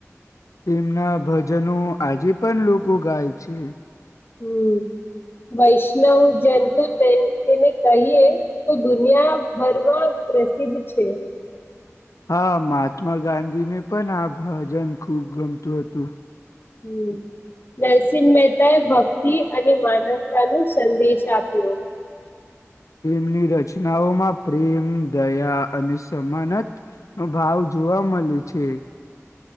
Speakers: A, on the left (about 85°); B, on the left (about 40°).
A: તેમના ભજનો આજે પણ લોકો ગાય છે
B: હમ વૈષ્ણવ જંતુ તેને કહીએ તો દુનિયાભરમાં પ્રસિદ્ધ છે
A: હા મહાત્મા ગાંધીને પણ આ ભજન ખુબ ગમતું હતું
B: હમ નરસિંહ મહેતાએ ભક્તિ અને માનવતા ન સંદેશ આપ્યો
A: એમની રચી નામાં પ્રેમ દયા અને સમાનત નો ભાવ જોવા મળે છે